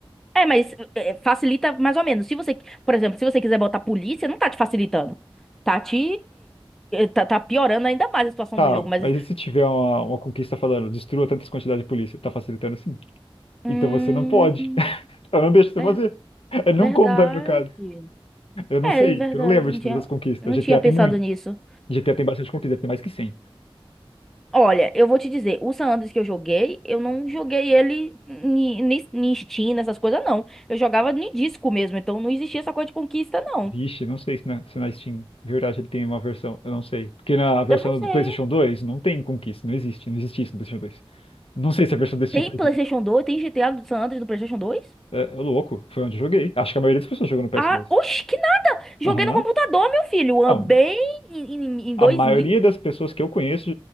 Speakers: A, in the centre; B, on the left.
A: É, mas é, é, facilita mais ou menos. Se você, por exemplo, se você quiser botar polícia, não tá te facilitando. Tá te. Tá, tá piorando ainda mais a situação
B: Tá,
A: do jogo, mas.
B: mas e se tiver uma, uma conquista falando, destrua tantas quantidades de polícia? Tá facilitando sim.
A: Hum,
B: Então você não pode. <laughs> Eu não deixo você
A: ver-
B: fazer. Eu não
A: verdade.
B: conta, no caso. Eu não
A: É,
B: sei.
A: verdade.
B: Eu não lembro de
A: Não
B: todas
A: tinha,
B: as conquistas.
A: não
B: GTA
A: tinha pensado
B: tem muito.
A: nisso.
B: GTA tem bastante conquista, deve ter mais que cem
A: Olha, eu vou te dizer, o San Andreas que eu joguei, eu não joguei ele ni- ni- em Steam, nessas coisas, não. Eu jogava em disco mesmo, então não existia essa coisa de conquista, não.
B: Vixe, não sei se na, se na Steam, de verdade, ele tem uma versão. Eu não sei. Porque na versão
A: Eu não sei.
B: do PlayStation dois não tem conquista. Não existe. Não existe isso no PlayStation dois Não sei se a versão desse
A: Tem
B: Steam faz
A: PlayStation
B: isso.
A: 2? Tem GTA do San Andreas do PlayStation 2?
B: É, é louco. Foi onde eu joguei. Acho que a maioria das pessoas jogou no ps
A: Ah,
B: dois
A: oxe, que nada! Joguei
B: Aham.
A: no computador, meu filho, ah,
B: Não.
A: bem em, em, em
B: A
A: 2000.
B: maioria das pessoas que eu conheço